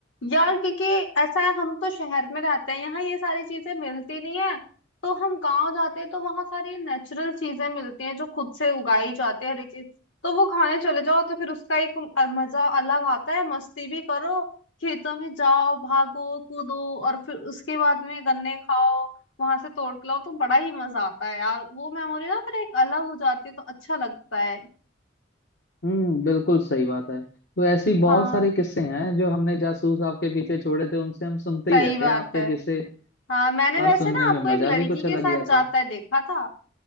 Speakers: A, on the left (about 75°); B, on the left (about 60°).
A: यार क्योंकि ऐसा है हम तो शहर में रहते हैं यहाँ ये सारी चीजें मिलती नहीं है तो हम गांव जाते हैं तो वहां सारी नेचुरल चीजें मिलती हैं जो खुद से उगाई जाती है हर एक चीज तो वो खाने चले जाओ तो फिर उसका एक अ- मजा अलग आता है मस्ती भी करो खेतों में जाओ भागो कूदो और फिर उसके बाद में गन्ने खाओ वहां से तोड़ के लाओ तो बड़ा ही मजा आता है यार वो मेमोरी ना फिर एक अलग हो जाती है तो अच्छा लगता है
B: हम्म बिल्कुल सही बात है तो ऐसी बहुत
A: हाँ
B: सारे किस्से हैं जो हमने जासूस आपके पीछे छोड़े थे उनसे हम सुनते ही
A: सही
B: रहते
A: बात
B: हैं आपके
A: है
B: किस्से
A: हाँ मैंने
B: और
A: वैसे
B: सुनने
A: ना
B: में
A: आपको
B: मजा
A: एक लड़की
B: भी कुछ अलग
A: के साथ
B: ही आता
A: जाता
B: है
A: है देखा था